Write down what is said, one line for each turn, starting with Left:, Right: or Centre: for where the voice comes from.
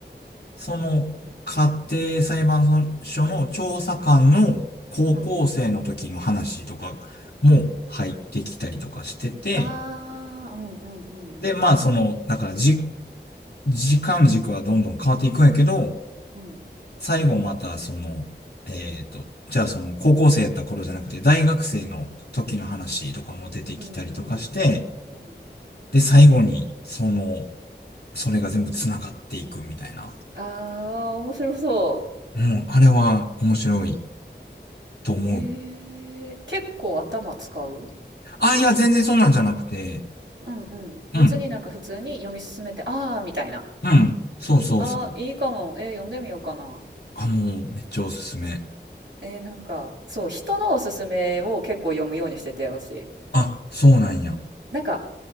Left: その家庭裁判所の調査官の高校生の時の話とかも入ってきたりとかしてて、
Right: はあ。うん。ああ、うんうんうん
Left: で、まあその、だからじ、時間軸はどんどん変わっていくんやけど、
Right: うん
Left: 最後また、その、えっと、じゃあその高校生やった頃じゃなくて、大学生の時の話とかも出てきたりとかして、
Right: うんうんうん。
Left: で、最後に、その、それが全部繋がっていくみたいな。
Right: ああ、面白そ
Left: うん、あれは面白いと思う。
Right: う。へえ、結構頭使う？
Left: あ、いや、全然そんなんじゃなくて、
Right: うんうん。別になんか普通に読み進めて、
Left: うん、
Right: ああ、みたいな。
Left: うん、そうそうそう。
Right: ああ、いいかも。えー、読んでみようかな。
Left: あ、もうめっちゃおすすめ。
Right: えー、なんか、そう、人のおすすめを結構読むようにしてて、私。
Left: あ、そうなんや。
Right: なんか